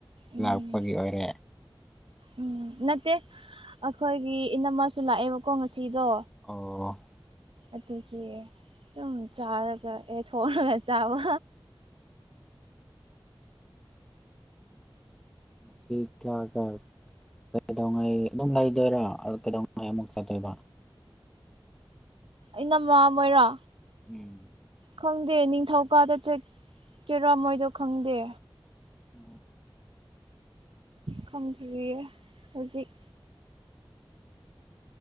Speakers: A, on the right; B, in the centre.
A: ꯎꯝ
B: ꯂꯥꯛꯄꯒꯤ ꯑꯣꯏꯔꯦ
A: ꯎꯝ ꯅꯠꯇꯦ ꯑꯩꯈꯣꯏꯒꯤ ꯏꯅꯝꯃꯁꯨ ꯂꯥꯛꯑꯦꯕ ꯀꯣ ꯉꯁꯤꯗꯣ
B: ꯑꯣ
A: ꯑꯗꯨꯒꯤ ꯑꯗꯨꯝ ꯆꯥꯔꯒ ꯑꯦ <inaudible> ꯆꯥꯕ
B: ꯁꯤ ꯊꯥꯀ <unintelligible> ꯀꯩꯗꯧꯉꯩ ꯑꯗꯨꯝ ꯂꯩꯗꯣꯏꯔꯣ ꯀꯩꯗꯧꯉꯩ ꯑꯃꯨꯛ ꯆꯠꯇꯣꯏꯕ
A: ꯏꯅꯝꯃ ꯍꯣꯏꯔꯣ
B: ꯎꯝ
A: ꯈꯪꯗꯦ ꯅꯤꯡꯊꯧꯀꯥꯗ ꯆꯠꯀꯦꯔꯥ ꯃꯣꯏꯗꯣ ꯈꯪꯗꯦ
B: ꯑꯣ
A: ꯈꯪꯗ꯭ꯔꯤꯌꯦ ꯍꯧꯖꯤꯛ